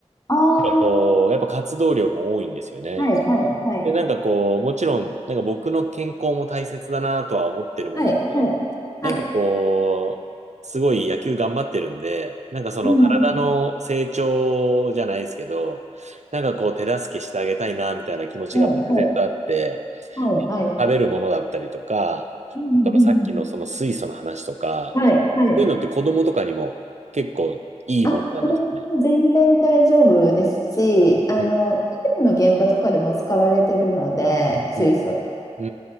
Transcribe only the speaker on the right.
こう、やっぱ活動量も多いんですよね。
で、なんかこう、もちろん、なんか僕の健康も大切だなとは思ってるものの、
なんかこう、すごい野球頑張ってるんで、なんかその体の成長じゃないですけど、
なんかこう手助けしてあげたいなみたいな気持ちが漠然とあって、
食べるものだったりとか、
そのさっきのその水素の話とか、
そういうのって子供とかにも結構いいものなんですね。
うん。
うん。う